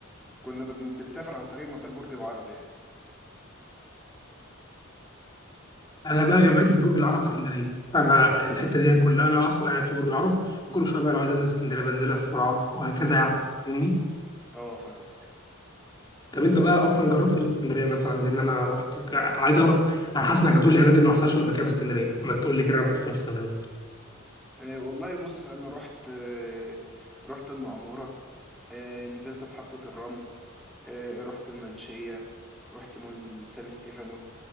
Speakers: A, in the centre; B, on the left.
A: كنا بن- بنسافر عن طريق مطار برج العرب يعني
B: انا بقى جامعتي في برج العرب اسكندريه فانا الحته دي يعني كلها انا اصلا قاعد في برج العرب كل شويه بقى لو عايز انزل اسكندريه بنزلها بسرعه وهكذا يعني فاهمني
A: اه فاهمك
B: طب انت بقى اصلا جربت ايه في اسكندريه مثلا لان انا رحت عايز اعرف انا حاسس انك هتقول لي اماكن ما رحتهاش قبل كده في اسكندريه ما تقول لي كده رحت فين في اسكندريه
A: إيه، والله بص انا رحت إيه، رحت المعموره إيه، نزلت محطه الرمل إيه، رحت المنشيه رحت مول سان ستيفانو